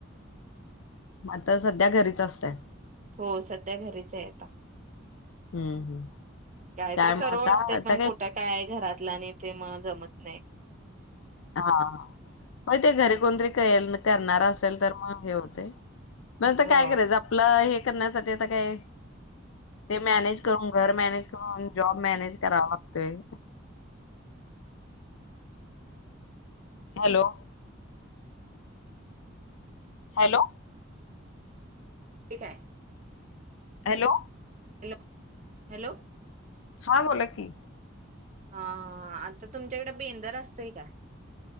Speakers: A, on the left; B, on the right.
A: मता सध्या घरीच असताय.
B: हो सध्या घरीच आहे. आता.
A: हम्म हम्म
B: काहीतरी
A: काय मग
B: करू
A: आता
B: वाटतेय
A: आता
B: पण कुठं काय? घरात आणि ते मग जमत नाही.
A: हा मग ते घरी कोणतरी कळेल न करणार असेल तर मग हे होतय तर
B: हो
A: काय करायचं? आपलं हे करण्यासाठी आता काय ते मॅनेज करून, घर मॅनेज करून, जॉब मॅनेज करावा लागतोय. हॅलो. हॅलो.
B: ठीक हाय.
A: हॅलो
B: हॅलो हॅलो
A: हा. बोला की.
B: हा. हा. आता तुमच्याकडे बेंदर असतय काय?